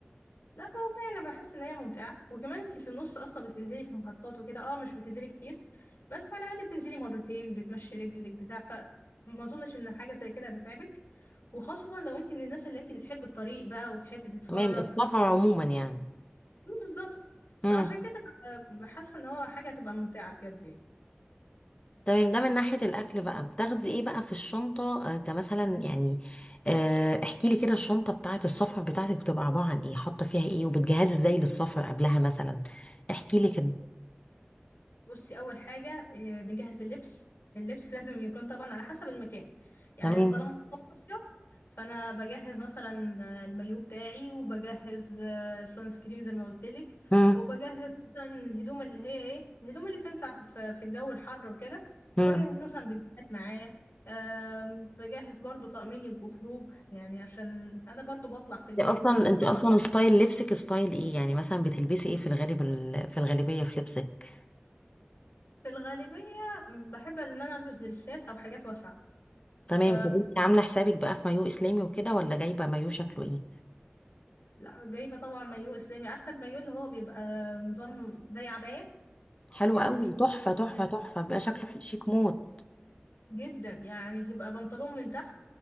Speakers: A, on the left; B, on the left.
A: لا والله انا بحس ان هي ممتعه وكمان انت في النص اصلا بتنزلي في محطات وكده اه مش بتنزلي كتير بس على الاقل بتنزلي مرتين بتمشي رجلك بتاع فما اظنش ان حاجه زي كده هتتعبك وخاصة لو انت من الناس اللي انت بتحب الطريق بقى وتحب تتفرج
B: تمام السفر عموما يعني
A: مم، بالظبط فعشان
B: امم.
A: كده ببقى حاسه ان هو حاجه هتبقى ممتعه بجد يعني.
B: تمام ده من ناحية الأكل بقى بتاخدي إيه بقى في الشنطة آه كمثلا يعني آه احكي لي كده الشنطة بتاعة السفر بتاعتك بتبقى عبارة عن إيه حاطة فيها إيه وبتجهزي إزاي للسفر قبلها مثلا احكي لي كده
A: بصي اول حاجه آه، بنجهز اللبس اللبس <laughs> لازم يكون طبعا على حسب المكان يعني
B: تمام
A: طالما مصيف فانا بجهز مثلا آه، المايو بتاعي وبجهز سان سكرين زي ما قلت لك
B: مم.
A: وبجهز مثلا الهدوم اللي هي ايه الهدوم اللي تنفع في في- في الجو الحر وكده فبجهز
B: مم.
A: مثلا بجهات معايا آم، بجهز برضو طقمين يبقوا خروج يعني عشان انا برضو بطلع في الليل
B: انت أصلا
A: وكده بطلع
B: أنت أصلا
A: مع
B: ستايل لبسك ستايل إيه يعني مثلا بتلبسي إيه في الغالب ال- في الغالبية في لبسك
A: في الغالبية بحب ان انا البس دريسات او حاجات واسعة
B: تمام
A: ف
B: طب أنت عاملة حسابك بقى في مايو إسلامي وكده ولا جايبة مايو شكله إيه
A: لا جايبة طبعا مايو اسلامي عارفة المايو اللي هو بيبقى نظام زي عباية
B: حلو
A: يعني
B: قوي
A: لو شفتيه
B: تحفة تحفة تحفة بيبقى شكله
A: <laughs>
B: شيك موت
A: جدا يعني بيبقى بنطلون من تحت